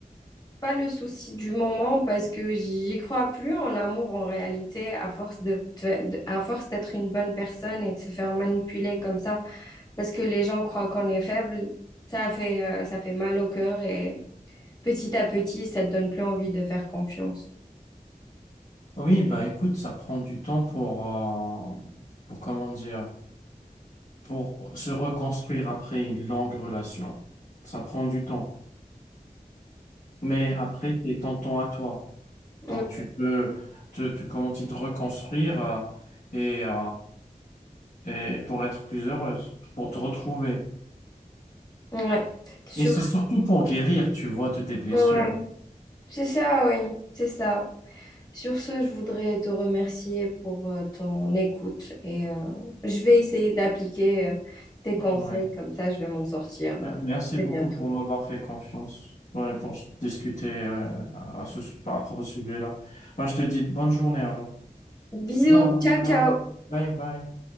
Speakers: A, on the left; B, on the left.
A: pas le souci du moment parce que j'y crois plus en l'amour en réalité, à force de, te- de- à force d'être une bonne personne et de se faire manipuler comme ça, parce que les gens croient qu'on est faible, ça fait, euh, ça fait mal au cœur et Petit à petit, ça te donne plus envie de faire confiance.
B: Oui, ben écoute, ça prend du temps pour, euh, pour comment dire, pour se reconstruire après une longue relation. Ça prend du temps. Mais après, c'est ton temps à toi.
A: Mm.
B: Donc tu peux te, te- comment dire, te reconstruire euh, et, euh, et pour être plus heureuse, pour te retrouver.
A: Ouais. Sur...
B: Et c'est surtout pour guérir, tu vois, de tes blessures.
A: Ouais. C'est ça, oui. C'est ça. Sur ce, je voudrais te remercier pour euh, ton écoute et euh, je vais essayer d'appliquer euh, tes conseils,
B: Oui.
A: comme ça je vais m'en sortir
B: Merci
A: euh, très
B: beaucoup
A: bientôt.
B: pour m'avoir fait confiance ouais, pour discuter euh, à ce, par rapport au sujet-là. Enfin, je te dis bonne journée alors.
A: Bisous,
B: Bye.
A: ciao, ciao.
B: Bye bye.